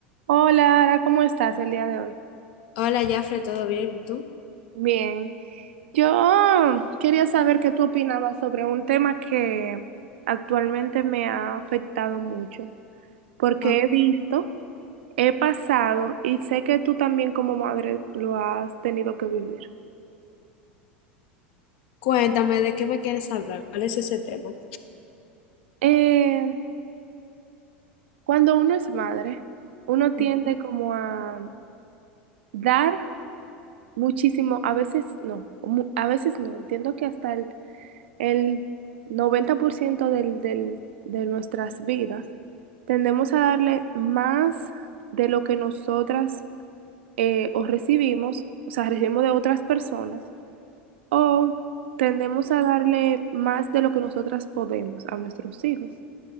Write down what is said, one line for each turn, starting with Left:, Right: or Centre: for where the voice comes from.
Right: Hola, Ara, ¿cómo estás el día de hoy?
Left: Hola, Jafre, ¿todo bien? ¿Y tú?
Right: Bien, yo quería saber qué tú opinabas sobre un tema que actualmente me ha afectado mucho, porque
Left: Oh,
Right: he visto, he pasado y sé que tú también como madre lo has tenido que vivir.
Left: cuéntame, ¿de qué me quieres hablar? ¿Cuál es ese tema?
Right: Eh, cuando uno es madre, uno tiende
Left: Ujú.
Right: como a dar muchísimo, a veces no, mu- a veces no, entiendo que hasta el el 90% del- del- de nuestras vidas, tendemos a darle más de lo que nosotras eh, o recibimos, o sea, recibimos de otras personas, o tendemos a darle más de lo que nosotras podemos a nuestros hijos.